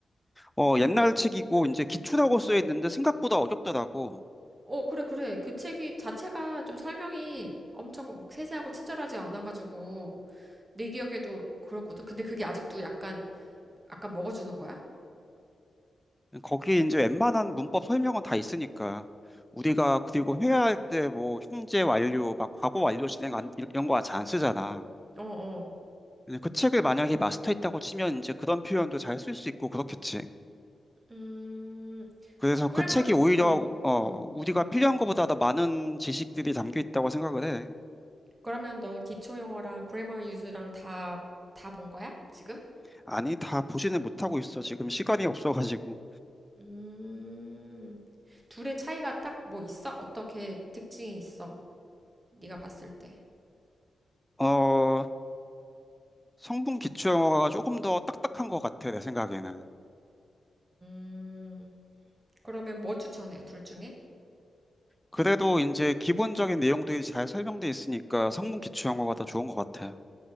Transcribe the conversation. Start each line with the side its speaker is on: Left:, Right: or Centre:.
Centre: 어 옛날 책이고 이제 기초라고 쓰여 있는데 생각보다 어렵더라고.
Right: 어, 그래, 그래. 그 책이 자체가 좀 설명이 엄청 세세하고 친절하지 않아가지고 내 기억에도 그렇거든. 근데 그게 아직도 약간, 약간 먹어주는 거야?
Centre: 거기 이제 웬만한 문법 설명은 다 있으니까 우리가 그리고 회화할 때 뭐 현재 완료 막 과거 완료 진행 안, 이런 거 잘 안 쓰잖아.
Right: 어, 어.
Centre: 그냥 그 책을 만약에 마스터했다고 치면 이제 그런 표현도 잘 쓸 수 있고 그렇겠지.
Right: 음,
Centre: 그래서
Right: 그래,
Centre: 그 책이
Right: 뭐,
Centre: 오히려
Right: 어,
Centre: 어,
Right: 어.
Centre: 우리가 필요한 것보다 더 많은 지식들이 담겨 있다고 생각을 해.
Right: 그러면 너 기초 영어랑 그래머 유즈랑 다, 다 본 거야? 지금?
Centre: 아니, 다 보지는 못하고 있어. 지금 시간이 없어가지고.
Right: 음, 둘의 차이가 딱 뭐 있어? 어떻게 특징이 있어? 네가 봤을 때.
Centre: 어, 성분 기초 영어가 조금 더 딱딱한 것 같아, 내 생각에는.
Right: 음, 그러면 뭐 추천해? 둘 중에?
Centre: 그래도 이제 기본적인 내용들이 잘 설명돼 있으니까 성분 기초 영어가 더 좋은 것 같아.